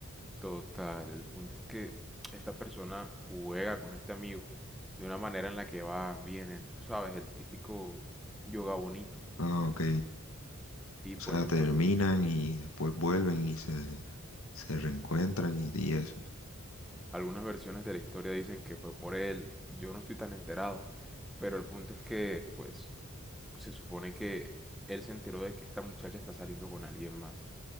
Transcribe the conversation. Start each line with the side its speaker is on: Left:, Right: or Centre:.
Centre: Total, el punto es que esta persona juega con este amigo de una manera en la que van, vienen, tú sabes, el típico yoga bonito.
Left: Ah, ok.
Centre: Y, y
Left: O
Centre: pues
Left: sea,
Centre: entonces...
Left: terminan y después vuelven y se, se reencuentran y, y eso.
Centre: Algunas versiones de la historia dicen que fue por él, yo no estoy tan enterado, pero el punto es que, pues, se supone que él se enteró de que esta muchacha está saliendo con alguien más.